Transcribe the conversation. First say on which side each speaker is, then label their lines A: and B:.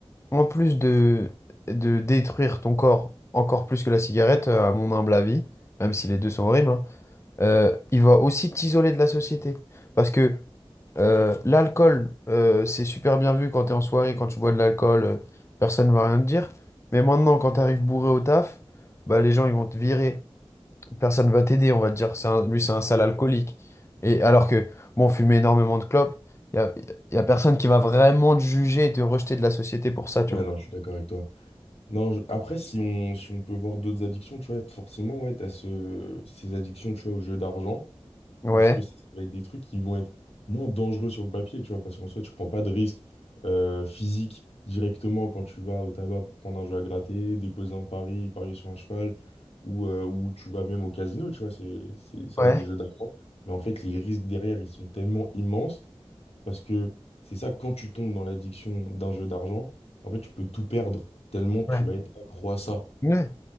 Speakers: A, on the left (about 25°); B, on the left (about 80°).
A: en plus de, de détruire ton corps encore plus que la cigarette, euh, à mon humble avis, même si les deux sont horribles, hein, euh, il va aussi t'isoler de la société. Parce que euh, l'alcool, euh, c'est super bien vu quand t'es en soirée, quand tu bois de l'alcool, euh, personne ne va rien te dire. Mais maintenant, quand t'arrives bourré au taf, bah, les gens ils vont te virer. Personne va t'aider, on va te dire, c'est un- lui c'est un sale alcoolique. Et alors que, bon, fumer énormément de clopes, il y a, y a personne qui va vraiment te juger et te rejeter de la société pour ça, tu
B: Ouais,
A: vois.
B: non, je suis d'accord avec toi. Non, je- après, si on, si on peut voir d'autres addictions, tu vois, forcément, ouais, t'as ce, ces addictions, tu vois, au jeu d'argent.
A: Ouais,
B: Parce que ça ça va être des trucs qui vont être moins dangereux sur le papier, tu vois, parce qu'en soit tu prends pas de risque euh, physique directement quand tu vas au tabac pour prendre un jeu à gratter, déposer un pari, parier sur un cheval, ou, euh, ou tu vas même au casino, tu vois, c'est, c'est, ça
A: ouais,
B: reste des jeux d'argent. Mais en fait, les risques derrière, ils sont tellement immenses, parce que c'est ça, quand tu tombes dans l'addiction d'un jeu d'argent, en fait, tu peux tout perdre, tellement tu
A: ouais,
B: vas être accro à ça.
A: ouais,